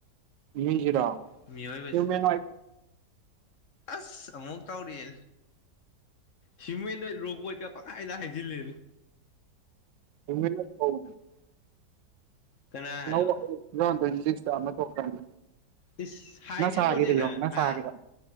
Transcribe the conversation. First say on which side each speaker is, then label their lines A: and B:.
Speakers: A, on the right (about 85°); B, on the left (about 55°).
A: ꯀꯔꯤ
B: ꯃꯤ ꯃꯑꯣꯣꯏ
A: ꯍ꯭ꯌꯨꯃꯦꯅꯣꯏꯠ
B: ꯑꯁ ꯑꯃꯨꯛ ꯇꯧꯔꯤꯌꯦ ꯁꯤꯃꯦ ꯂꯣꯏ ꯔꯣꯕꯣ ꯀ ꯄꯥꯏꯗ ꯍꯥꯏꯥꯏꯁꯤꯂ
A: ꯏ
B: ꯀꯅꯥ
A: ꯑꯅꯧꯕ
B: ꯍꯥꯏꯕ
A: ꯇꯨ ꯊꯥꯎꯟ ꯇ꯭ꯋꯦꯟꯇꯤ ꯁꯤꯛꯁꯇ ꯑꯃ ꯊꯣꯛꯈ꯭ꯔꯅꯦ
B: ꯏꯁ ꯍꯥꯏꯖꯤꯜꯂꯣꯅꯦꯅ
A: ꯅ ꯁꯥꯒꯤꯗ ꯌꯣ ꯅ
B: ꯍꯥ
A: ꯁꯥꯒꯦꯗ